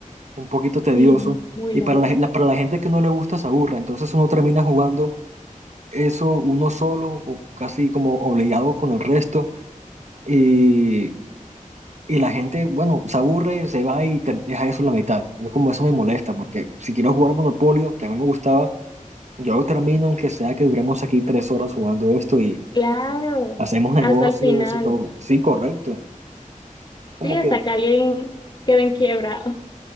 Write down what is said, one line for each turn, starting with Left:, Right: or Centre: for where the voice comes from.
Right: un poquito
Left: Sí,
Right: tedioso
Left: muy
Right: y
Left: largo.
Right: para la, gen- la- para la gente que no le gusta se aburra. Entonces uno termina jugando eso uno solo o casi como obligado con el resto y, y la gente, bueno, se aburre, se va y te- deja eso en la mitad. Yo como eso me molesta porque si quiero jugar Monopolio, que a mí me gustaba, yo lo termino aunque sea que duremos aquí tres horas jugando esto y
Left: Claro,
Right: hacemos negocios
Left: hasta el final.
Right: y todo. Sí, correcto. Como
Left: Sí, hasta
Right: que
Left: que alguien quede en quiebra